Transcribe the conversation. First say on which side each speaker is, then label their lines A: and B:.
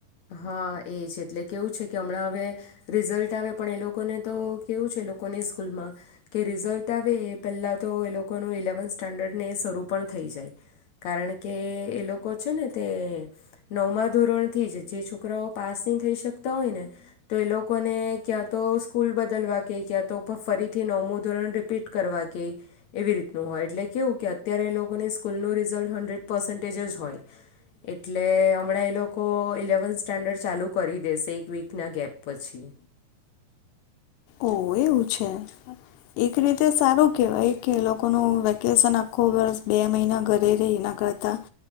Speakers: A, on the left; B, on the left.
A: હા એ છે એટલે કેવું છે કે હમણાં હવે રિઝલ્ટ આવે પણ એ લોકોને તો કેવું છે એ લોકોની સ્કૂલમાં કે રિઝલ્ટ આવે એ પહેલા તો એ લોકોનું ઇલેવન્ સ્ટાન્ડર્ડને એ શરૂ પણ થઈ જાય. કારણ કે એ લોકો છે ને તે નવમાં ધોરણથી જ જે છોકરાઓ પાસ નહીં થઈ શકતા હોય, ને તો એ લોકોને ક્યાં તો સ્કૂલ બદલવા કે ક્યાં તો ફરીથી નવમું ધોરણ રિપીટ કરવા કે એવી રીતનું હોય એટલે કેવું કે અત્યારે એ લોકોની સ્કૂલનું રિઝલ્ટ હન્ડ્રેડ પર્સન્ટેજ જ હોય. એટલે હમણાં એ લોકો ઇલેવ લેવન સ્ટાન્ડર્ડ ચાલુ કરી દેશે એક વીકના ગેપ પછી.
B: ઓ એવું છે. એક રીતે સારું કેહેવાય કે એ લોકોનું વેકેશન આખો વર્ષ બે મહિના ઘરે રહી એના કરતા